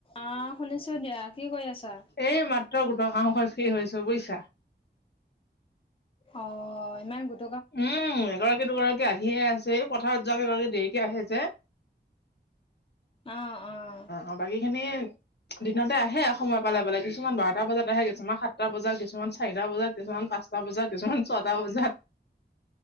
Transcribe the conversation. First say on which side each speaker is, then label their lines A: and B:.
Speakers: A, on the left; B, on the left.
A: অ', শুনিছো দিয়া কি কৰি আছা?
B: এই মাত্ৰ গোটৰ কাম কৰি ফ্ৰী হৈছোঁ বুজিছা।
A: অ' ইমান গোট
B: উম এগৰাকী দুগৰাকী আহিয়ে আছে। এই পথাৰত যোৱ এগৰাকী দেৰিকে আহে যে
A: অ', অ'
B: অ' বাকী খিনি দিনতে আহে সময় পালে পালে কিছুমান বাৰটা বজাত আহে। কিছুমান সাতটা বজাত কিছুমান চাৰিটা বজাত কিছুমান পাঁচটা বজাত কিছুমান ছটা বজাত।